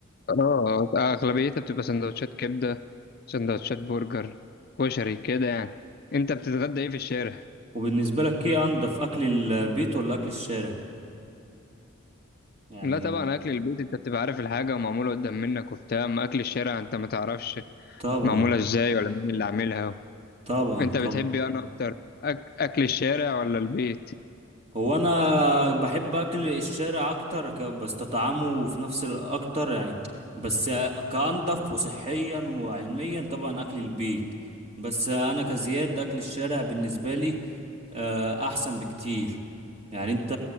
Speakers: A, on the left; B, on the right.
A: اه اغلبيتها بتبقى سندوتشات كبده سندوتشات برجر كشري كده يعني انت بتتغدى ايه في الشارع
B: وبالنسبة لك ايه انضف اكل البيت ولا اكل الشارع يعني
A: لا طبعا اكل البيت انت بتبقى عارف الحاجه ومعموله قدام منك وبتاع اما اكل الشارع انت ما تعرفش
B: طبعا
A: معموله ازاي ولا مين اللي عاملها
B: طبعا
A: انت بتحب
B: طبعا
A: ايه انا اكتر أك... اكل الشارع ولا البيت
B: هو انا بحب اكل الشارع اكتر ك- بستطعمه في نفس الاكتر يعني بس كانضف وصحيا وعلميا طبعا اكل البيت بس انا كزياد اكل الشارع بالنسبة لي آه، احسن بكتير يعني انت